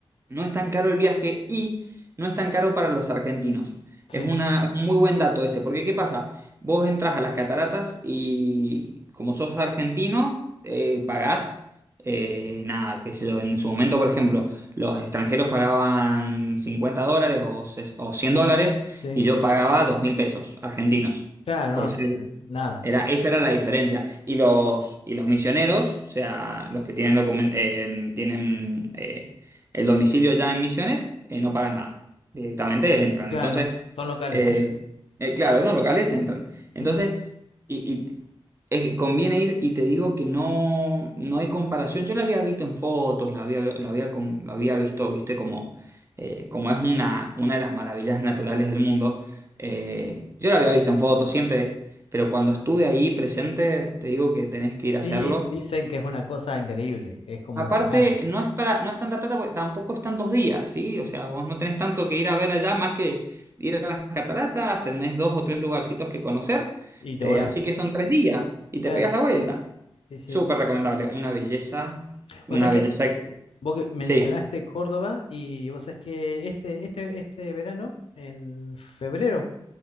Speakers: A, on the right; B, on the left.
A: no es tan caro el viaje y no es tan caro para los argentinos.
B: Sí,
A: Es una, es un muy buen dato ese, porque ¿qué pasa? Vos entras a las cataratas y como sos argentino, eh, pagás eh, nada, qué sé yo, en su momento, por ejemplo, los extranjeros pagaban 50 dólares o, ses- o 100 dólares
B: sí,
A: y yo pagaba dos mil pesos argentinos.
B: claro,
A: por ser
B: no, eh, nada.
A: era, esa era la diferencia. Y
B: Sí,
A: los,
B: sí,
A: y los misioneros, o sea, los que tienen, documen- eh, tienen eh, el domicilio ya en Misiones, eh, no pagan nada. Directamente entran.
B: Claro,
A: Entonces,
B: son locales.
A: eh, eh, claro, son locales, entran. Entonces,
B: <laughs> Ujú.
A: y, y es que conviene ir y te digo que no, no hay comparación. Yo la había visto en fotos, la había, lo había, con- lo había visto, viste, como, eh, como es una, una de las maravillas naturales del mundo. Eh, yo la había visto en fotos siempre, pero cuando estuve ahí presente, te digo que tenés que ir
B: Sí,
A: a hacerlo.
B: dicen que es una cosa increíble, es como
A: Aparte,
B: un gigante.
A: no es para, no es tanta plata porque tampoco están dos días, ¿sí? O sea, vos no tenés tanto que ir a ver allá más que ir a las cataratas, tenés dos o tres lugarcitos que conocer,
B: Y te
A: eh,
B: volvés.
A: así que son tres días y
B: Claro,
A: te pegas la vuelta.
B: sí, sí.
A: Súper recomendable, una belleza, una
B: Vos sabés que
A: belleza que...
B: vos que mencionaste
A: Sí,
B: Córdoba y vos sabés que este, este, este verano, en febrero,